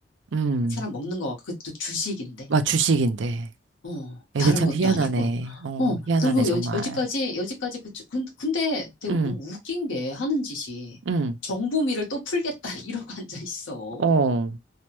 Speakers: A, on the right; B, on the left.
A: 음,
B: 사람 먹는 거 그것도 주식인데.
A: 막 주식인데.
B: 어,
A: 애들
B: 다른
A: 참
B: 것도
A: 희한하네.
B: 아니고. 어,
A: 어, 희한하네,
B: 그리고
A: 정말.
B: 여, 여지까지, 여지까지 그, 주- 근- 근데 되게
A: 음,
B: 너무 웃긴 게 하는 짓이
A: 음.
B: 정보미를 또 풀겠다 <laughs> 이러고 앉아 있어.
A: 어.